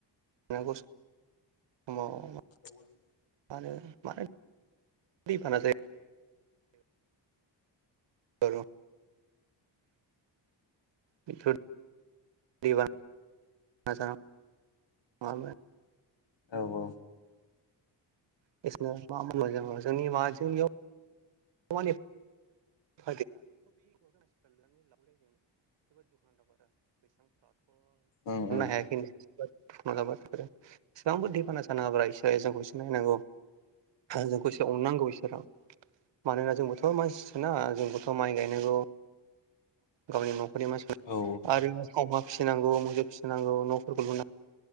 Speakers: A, on the right; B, on the left.
A: <unintelligible>
B: <inaudible>
A: मानो -मानो दैबाना जायो। औ <inaudible> <unintelligible>
B: औ औ।
A: <unintelligible> <unintelligible> <unintelligible> थानोनो
B: उम उम
A: हायाखैनो मालाबा बेफोरो एसेबांबो दैबाना जानाङाब्रा इसोरा जोंखौ एसे नायनांगौ। जोंखौ एसे अननांगौ इसोरा। मानोना जोंबोथ' मानसि सोना जोंबोथ' माइ गायनांगौ। गावनि न'खरनि मानसिफोर
B: औ
A: आरो अमा फिसिनांगौ मोसौ फिसिनांगौ न'फोरखौ लु